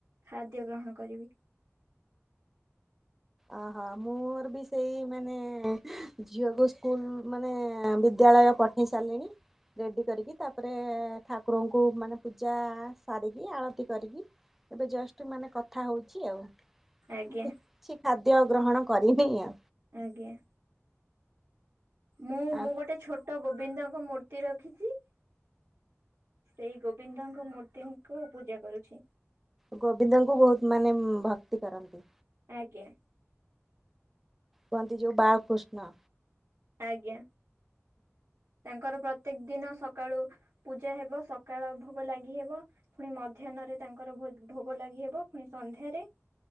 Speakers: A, on the right; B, in the centre.
A: ଖାଦ୍ୟ ଗ୍ରହଣ କରିବି।
B: ଅହୋ ମୋର ବି ସେଇ ମାନେ ଝିଅକୁ ସ୍କୁଲ ମାନେ ବିଦ୍ୟାଳୟ ପଠେଇ ସାରିଲିଣି। ରେଡି କରିକି ତାପରେ ଠାକୁରଙ୍କୁ ମାନେ ପୂଜା ସାରିକି, ଆଳତି କରିକି ଏବେ ଜଷ୍ଟ, ମାନେ କଥା ହୋଉଚି ଆଉ।
A: ଆଜ୍ଞା।
B: କିଛି ଖାଦ୍ୟ ଗ୍ରହଣ କରିବିନି ଅ
A: ଆଜ୍ଞା। ମୁଁ
B: ଆ
A: ମୁଁ ଗୋଟେ ଛୋଟ ଗୋବିନ୍ଦଙ୍କ ମୂର୍ତ୍ତି ରଖିଚି। ସେଇ ଗୋବିନ୍ଦଙ୍କ ମୂର୍ତ୍ତିଙ୍କୁ ପୂଜା କରୁଛି।
B: ଗୋବିନ୍ଦଙ୍କୁ ବୋହୁତ ମାନେ ଭକ୍ତି କରନ୍ତି?
A: ଆଜ୍ଞା।
B: କୁହନ୍ତି ଯୋଉ ବା କୃଷ୍ଣ।
A: ଆଜ୍ଞା ତାଙ୍କର ପ୍ରତ୍ୟେକ ଦିନ ସ ସକାଳୁ ପୂଜା ହେବ ସକାଳ ଭୋଗ ଲାଗି ହେବ ପୁଣି ମଧ୍ୟାହ୍ନରେ ତାଙ୍କର ଭୋଗ ଲାଗି ହେବ ପୁଣି ସନ୍ଧ୍ୟାରେ